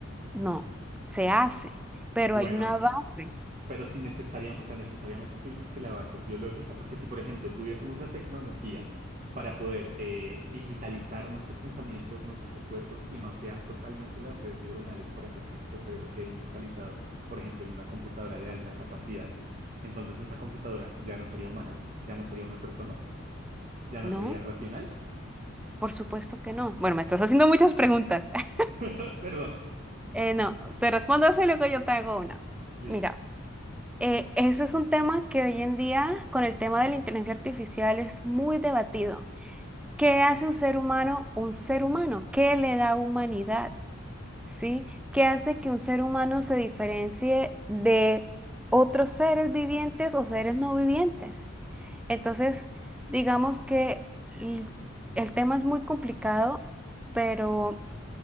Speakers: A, in the centre; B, on the right.
A: no, se hace, pero
B: Bueno,
A: hay una base,
B: Pero si necesariamente, o sea, necesariamente tú dices que la base es biológica, porque si, por ejemplo, tuviésemos la tecnología para poder eh, digitalizar nuestros pensamientos, nuestros recuerdos y mapear totalmente las redes neuronales para hacer que nuestro cerebro quede inmortalizado, por ejemplo, en una computadora de alta capacidad, entonces esa computadora ya no sería humana, ya no sería una persona, ya no
A: ¿no?
B: sería racional.
A: Por supuesto que no. Bueno, me estás haciendo muchas preguntas. <laughs>
B: <laughs> Perdón,
A: Eh, no, te respondo eso y luego yo te hago una.
B: listo.
A: Mira, eh, ese es un tema que hoy en día, con el tema de la inteligencia artificial, es muy debatido. ¿Qué hace un ser humano un ser humano? ¿Qué le da humanidad? ¿sí? ¿Qué hace que un ser humano se diferencie de otros seres vivientes o seres no vivientes? Entonces, digamos que l- el tema es muy complicado, pero